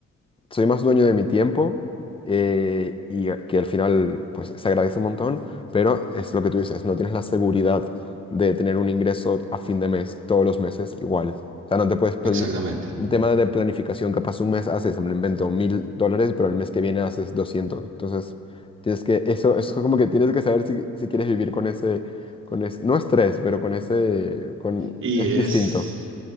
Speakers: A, on the left; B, on the right.
A: soy más dueño de mi tiempo eh, y a- que al final pues se agradece un montón, pero es lo que tú dices, no tienes la seguridad de tener un ingreso a fin de mes, todos los meses igual. O sea, no te puedes plani-
B: Exactamente.
A: El tema de planificación, capaz un mes haces, me lo invento, mil dólares, pero el mes que viene haces doscientos Entonces, tienes que, eso, eso como que tienes que saber si, si quieres vivir con ese, con ese, no estrés, pero con ese, con,
B: Y
A: es
B: es,
A: distinto.